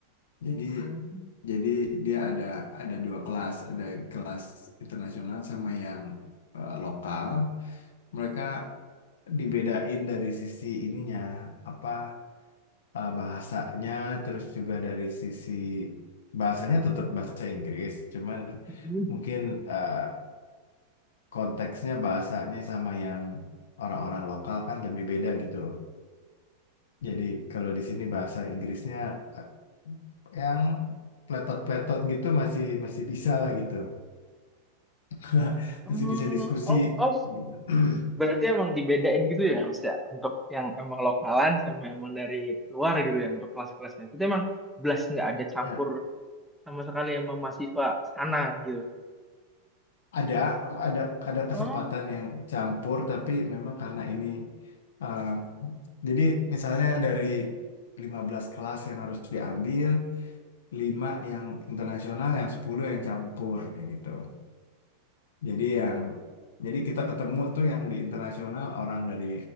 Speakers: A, on the left; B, in the centre.
A: Jadi
B: Hmm.
A: jadi dia ada ada dua kelas ada yang kelas internasional sama yang eh, lokal. Mereka dibedain dari sisi ininya apa eh, bahasanya terus juga dari sisi bahasanya tetap bahasa Inggris cuman
B: Mm-mm.
A: mungkin eh, konteksnya bahasanya sama yang orang-orang lokal kan lebih beda gitu jadi kalau di sini bahasa Inggrisnya eh, yang pletot-pletot gitu masih masih bisa lah gitu <laughs>
B: Oh,
A: masih bisa diskusi
B: oh, oh,
A: gitu <clears throat>
B: berarti emang dibedain gitu ya, Mas ya, untuk yang emang lokalan sama emang dari luar gitu ya, untuk kelas-kelasnya. Itu emang belas nggak ada campur
A: ya
B: sama sekali sama mahasiswa sana gitu.
A: ada ada ada kesempatan
B: Oh,
A: yang campur tapi memang karena ini Um, jadi misalnya dari 15 kelas yang harus diambil, 5 yang internasional, yang 10 yang campur kayak gitu. Jadi yang jadi kita ketemu tuh yang di internasional orang dari